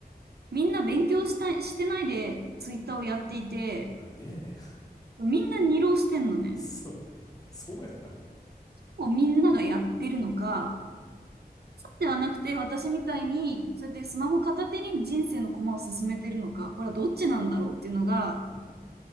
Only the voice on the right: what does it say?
みんな勉強したしてないでツイッターをやっていて、
みんな二浪してんのね。
こうみんながやってるのか、ではなくて私みたいに、そうやってスマホ片手に人生の駒を進めてるのか、これはどっちなんだろうっていうのが